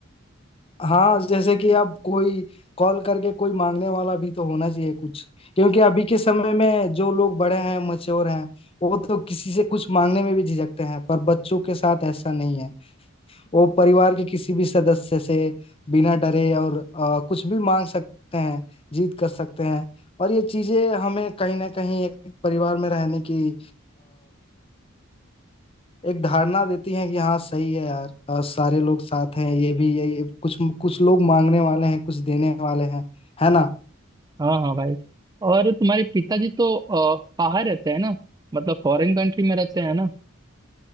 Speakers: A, on the left; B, on the right.
A: हाँ जैसे कि अब कोई कॉल करके कोई मांगने वाला भी तो होना चाहिए कुछ क्योंकि अभी के समय में जो लोग बड़े हैं मच्योर हैं वो तो किसी से कुछ मांगने में भी झिझकते हैं पर बच्चों के साथ ऐसा नहीं है वो परिवार के किसी भी सदस्य से बिना डरे और अ, कुछ भी मांग सकते हैं जीत कर सकते हैं और ये चीजें हमें कहीं ना कहीं एक परिवार में रहने की एक धारणा देती हैं कि हाँ सही है यार और सारे लोग साथ हैं ये भी यही कुछ कुछ लोग मांगने वाले हैं कुछ देने वाले हैं है ना
B: हाँ हाँ भाई और तुम्हारे पिताजी तो अ, बाहर रहते हैं ना मतलब फॉरेन कंट्री में रहते हैं ना